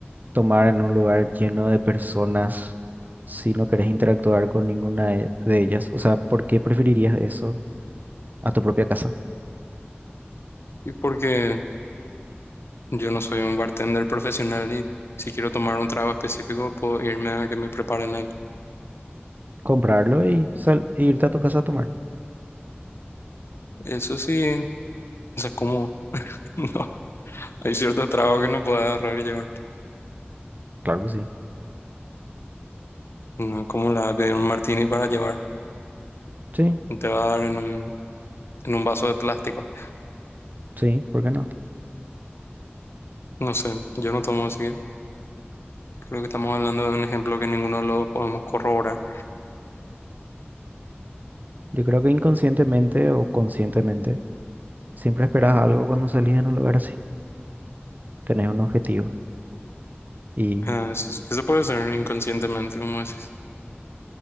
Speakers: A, on the right; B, on the left.
A: tomar en un lugar lleno de personas si no querés interactuar con ninguna de de ellas? O sea, ¿por qué preferirías eso a tu propia casa?
B: Y porque yo no soy un bartender profesional y si quiero tomar un trago específico, puedo irme a que me preparen ahí.
A: comprarlo y sal e irte a tu casa a tomar.
B: Eso sí, o sea, como <laughs> no, hay ciertos tragos que no puedes agarrar y llevar.
A: Claro que sí.
B: No como la de un martini para llevar,
A: Sí,
B: te va a dar en un, en un vaso de plástico.
A: sí, ¿por qué no?
B: No sé, yo no tomo así que creo que estamos hablando de un ejemplo que ninguno de los dos podemos corroborar.
A: Yo creo que inconscientemente o conscientemente siempre esperas
B: Ujú.
A: algo cuando salís en un lugar así. Tenés un objetivo. Y
B: Ah, eso, eso puede ser inconscientemente, como decís.